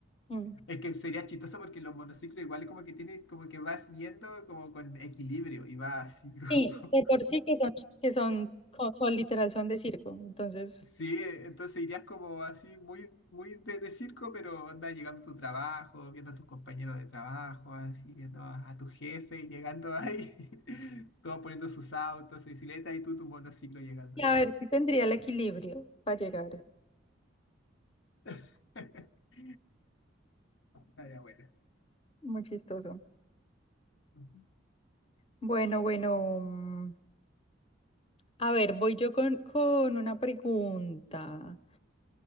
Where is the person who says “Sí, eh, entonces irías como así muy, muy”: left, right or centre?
Left